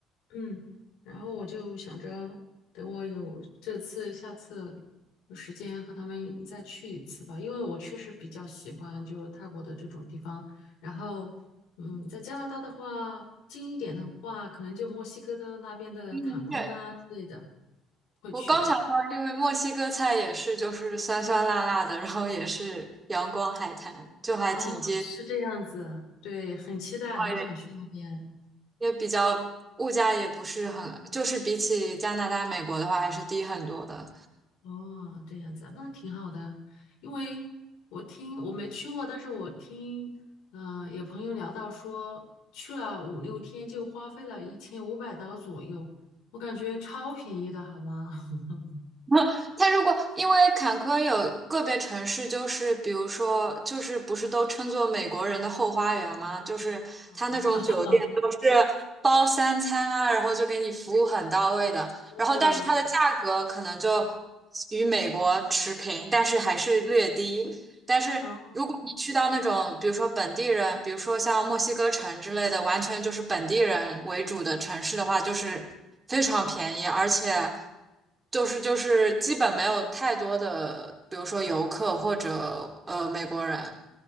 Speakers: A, on the left; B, on the right.
A: 嗯，然后我就想着，等我有这次、下次有时间和他们再去一次吧，因为我确实比较喜欢就是泰国的这种地方。然后，嗯，在加拿大的话，近一点的话，可能就墨西哥的那边的坎昆啊之类的
B: 嗯，对，
A: 会去。
B: 我刚想说，因为墨西哥菜也是就是酸酸辣辣的，然后也是阳光海滩，就还挺接，
A: 啊，是这样子，对，很期待，
B: 然后也
A: 很想去那边。
B: 也比较物价也不是很，就是比起加拿大、美国的话还是低很多的。
A: 哦，这样子啊那挺好的。因为我听我没去过，但是我听，嗯、有朋友聊到说去了五六天就花费了一千五百刀左右，我感觉超便宜的，好吗？<laughs>
B: <laughs> 他如果因为坎昆有个别城市，就是比如说，就是不是都称作美国人的后花园吗？就是他那种酒店都是
A: 啊，<laughs>
B: 包三餐啊，然后就给你服务很到位的。
A: 哦
B: 然后，但是它的价格可能就与美国持平，但是还是略低。但是如果你去到那种，
A: 哦
B: 比如说本地人，比如说像墨西哥城之类的，完全就是本地人为主的城市的话，就是非常便宜，而且就是就是基本没有太多的，比如说游客或者呃美国人。